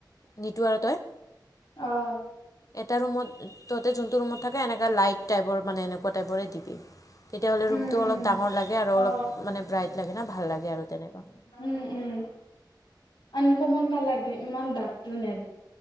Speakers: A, on the left; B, on the left.
A: নিতু আৰু তই।
B: অহ।
A: এটা ৰুমত তহতে যোনটো ৰুমত থাকে এনেকা লাইট টাইপৰ মানে এনেকুৱা টাইপৰে দিবি। তেতিয়াহ'লে
B: উম
A: ৰুমটো
B: উম
A: অলপ ডাঙৰ লাগে আৰু অলপ
B: অ
A: মানে ব্ৰাইট লাগে না। ভাল লাগে। আৰু তেনেকুৱা
B: উম, উম। আনকমন কালৰ দে ইমান দাঠটো নে